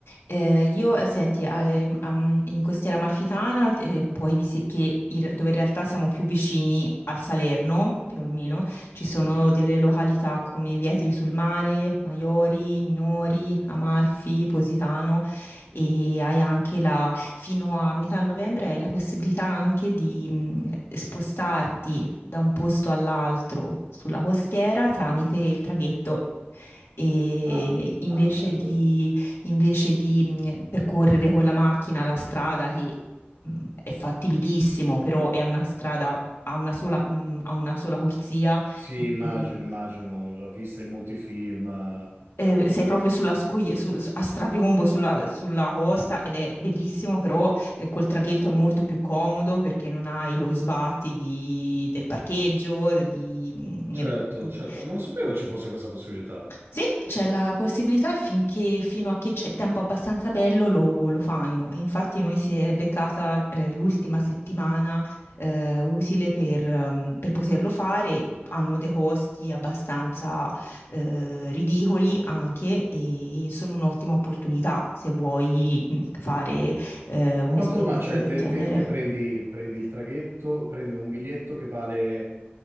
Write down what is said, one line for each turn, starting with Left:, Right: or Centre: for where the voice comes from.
Left: Eh, io, eh, senti, eh, am- in Costiera Amalfitana, eh, puoi visi- che in- dove in realtà siamo più vicini al Salerno, più o meno, ci sono
Right: Ok.
Left: delle località come Vietri sul Mare, Maiori, Minori, Amalfi, Positano e hai anche la, fino a metà novembre hai la possibilità anche di mh, spostarti da un posto all'altro sulla costiera tramite il traghetto. E
Right: Ah,
Left: invece
Right: ah, bello.
Left: di invece di mh, percorrere con la macchina la strada che mh, è fattibilissimo, però è una strada a una sola, mh, a una sola corsia,
Right: Sì, immagino,
Left: e-
Right: immagino, l'ho vista in molti film. eh.
Left: e sei proprio sulla scogli- su- su- a strapiombo sulla, sulla costa ed è bellissimo, però eh, col traghetto è molto più comodo perché non hai lo sbatti di- del parcheggio, di... mh,
Right: Certo, certo.
Left: di-
Right: Non sapevo ci fosse questa possibilità.
Left: Sì, c'è la possibilità e finché, fino a che c'è tempo abbastanza bello lo, lo fanno. E infatti noi si è beccata eh, l'ultima settimana eh, utile per, ehm, per poterlo fare. Hanno dei costi abbastanza eh, ridicoli anche e sono un'ottima opportunità se vuoi mh, fare eh, un'esperienza
Right: Quanto, ma cioè,
Left: del
Right: te,
Left: genere.
Right: te- te prendi, prendi il traghetto, prendi un biglietto che vale...